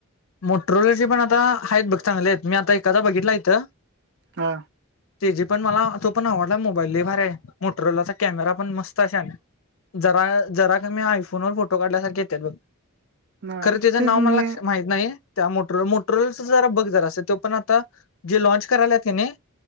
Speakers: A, on the left (about 65°); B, on the right (about 50°).
A: मोटरोलाचे पण आता आहेत बघ चांगले आहेत मी आता एखादा बघितला इथं.
B: हा,
A: त्याची पण मला तो पण आवडला मोबाईल ल‌ई भारी हाय मोटरोलाचा कॅमेरा पण मस्त आहे शान्या. जरा जरा कमी आयफोन वर फोटो काढल्यासारखे येत्यात बघ
B: हा
A: खरं त्याचं
B: तेच
A: नाव मला
B: मी
A: लक्षा ''--'' माहित नाही त्या मोटरो मोटरोलाच जरा बघ जरास त्यो पण आता जे लॉन्च कराल्यात कनीय.